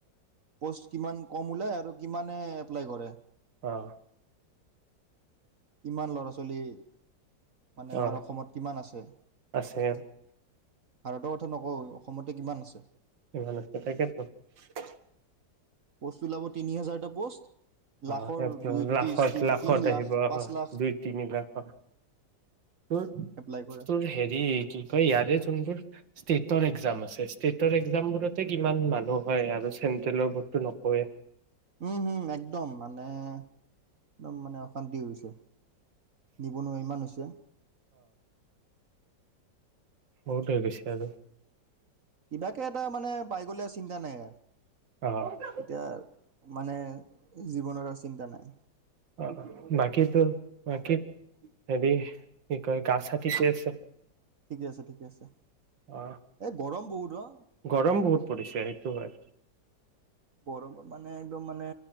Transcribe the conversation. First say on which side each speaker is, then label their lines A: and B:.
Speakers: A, on the right (about 50°); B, on the right (about 85°).
A: পষ্ট কিমান কম ওলাই আৰু কিমানে এপ্লাই কৰে
B: আহ
A: কিমান ল'ৰা ছোৱালী মানে
B: অ'
A: আমাৰ অসমত কিমান আছে
B: আছে
A: ভাৰত ত নকওঁ অসমতে কিমান আছে
B: ভাল তাই কেত <unintelligible>
A: প'ষ্ট ওলাব তিনি হাজাৰটা প'ষ্ট লাখৰ
B: আহ এক
A: দুই ত্ৰিছ
B: লাখত লাখত
A: তিনি
B: আহিব
A: লাখ
B: আহ
A: পাঁচ লাখ
B: দুই তিনি লাখত তোৰ
A: এপ্লাই কৰে
B: তোৰ হেৰি কি কয় ইয়াৰে যোনবোৰ ষ্টেটৰ এক্জাম আছে ষ্টেটৰ এক্জামবোৰতে কিমান মানুহ হয় আৰু চেন্ট্ৰেলৰ বৰ্তটো নো হয়
A: উম হম একদম মানে একদম মানে অশান্তি হৈছে নিবনুৱা ইমান হৈছে
B: বহুতেই গৈছে আৰু
A: কিবাকে এটা মানে পাই গলে আছে চিন্তা নাই আৰু
B: অ'
A: এতিয়া মানে জীৱনৰ আৰু চিন্তা নাই
B: অ বাকীতো বাকীত হেৰি কি কয় গা চাটিচে আছে
A: ঠিকে আছে ঠিকে আছে
B: অ'
A: এই গৰম বহুত অ
B: গৰম বহুত পৰিছে সেইটো হয়
A: গৰমত মানে একদম মানে